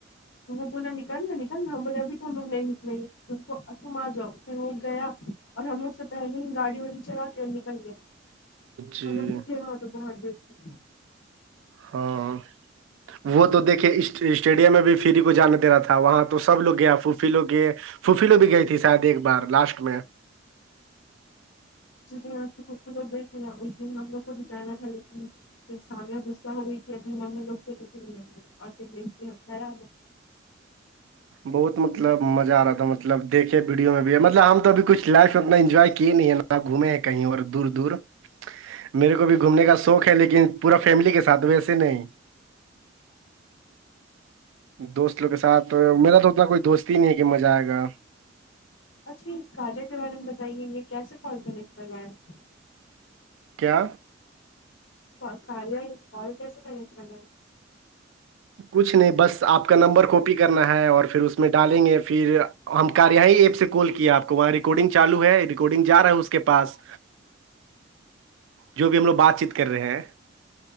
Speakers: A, on the left; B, on the right.
A: وہ بولا نکل نہ نکل نہ ہم بولا ابھی تم لوگ نہیں نکلےگا وہ تم آ جاؤ پھر وہ گیا اور ہم لوگ سے پہلے ہی گاڑی چڑا کے نکل گیا
B: جی
A: ہم لوگ تو تھے وہاں پہ تو بہت دیر تک
B: ہاں وہ تو دیکھے اسٹیڈیم میں بھی فری کو جانا دے رہا تھا وہاں تو سب لوگ گئے فوفی لوگ گئے فوفی لوگ بھی گئی تھی شاید ایک بار لاسٹ میں
A: جی جی آپ کے پھوپھو لوگ گئے تھے اس ہم لوگ کو بھیچانا تھا پھر سامیہ غصہ ہو گئی تھی ابھی ممی لوگ سے کٹی ھوئ ہے اور پھر دیکھتے خیال
B: بہت مطلب مزہ آ رہا تھا مطلب دیکھے ویڈیو میں بھی مطلب ہم تو اب کچھ لائف میں اتنا انجوائے کیے نہیں ہے نہ آپ گھومے کہیں اور دور دور میرے کو بھی گھومنے کا شوق ہے لیکن پورا فیملی کے ساتھ ویسے نہیں دوست لوگ کے ساتھ میرا تو اتنا کوئی دوست ہی نہیں ہے کہ مزہ آئے گا
A: اچھا اس کاریا کے بارے میں بتائیے یہ کیسے کال کنیکٹ کر رہا ہیں
B: کیا
A: کال کاریا یہ کال کیسے کنیکٹ کرنا ہے
B: کچھ نہیں بس آپ کا نمبر کاپی کرنا ہے اور پھر اس میں ڈالینگے پھر ہم کاریا ہی ایپ سے کال کیا آپکو وہاں ریکارڈنگ چالو ہے ریکارڈنگ جا رہا ہے اس کے پاس جو بھی ہم لوگ بات چیت کر رہے ہیں